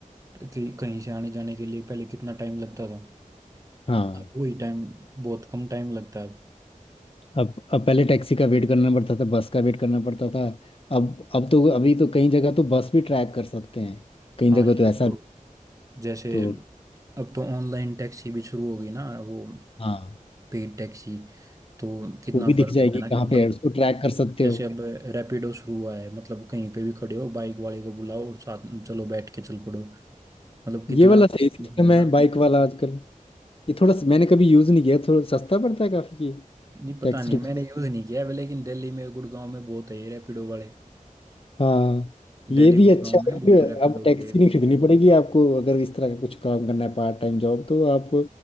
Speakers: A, on the right; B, on the left.
A: तो कि कहीं से आने जाने के लिए पहले कितना टाइम लगता था
B: हाँ
A: अब वही टाइम बहुत कम टाइम लगता है
B: अब अब पहले टैक्सी का वेट करना पड़ता था बस का वेट करना पड़ता था अब अब तो अभी तो कई जगह तो बस भी ट्रैक कर सकते हैं कई
A: हाँ
B: जगह
A: यही
B: तो ऐसा
A: तो जैसे
B: तो
A: अब तो ऑनलाइन टैक्सी भी शुरू हो गई ना वो
B: हाँ
A: पेड टैक्सी तो कितना
B: वो भी दिख
A: फर्क
B: जाएगी
A: होगा ना
B: कहाँ
A: कि मतलब
B: पे है उसको ट्रैक कर सकते
A: जैसे
B: हो
A: अब रैपिडो शुरू हुआ है मतलब कहीं पे भी खड़े हो बाइक वाले को बुलाओ और साथ में चलो बैठ के चल पड़ो मतलब कितना
B: ये वाला
A: हो
B: सही सिस्टम
A: गया
B: है
A: ना
B: बाइक वाला आजकल ये थोड़ा मैंने कभी यूज नहीं किया थोड़ा सस्ता पड़ता है काफी ये
A: नहीं पता
B: टैक्सी
A: नहीं
B: टुक्सी
A: मैंने यूज नहीं किया है लेकिन दिल्ली में गुड़गांव में बहुत है ये रैपिडो वाले
B: हाँ ये
A: दिल्ली
B: भी
A: गुड़गांव
B: अच्छा
A: में
B: है कि
A: बहुत रैपिडो
B: अब टैक्सी
A: वाले
B: नहीं खरीदनी पड़ेगी आपको अगर इस तरह का कुछ काम करना है पार्ट टाइम जॉब तो आप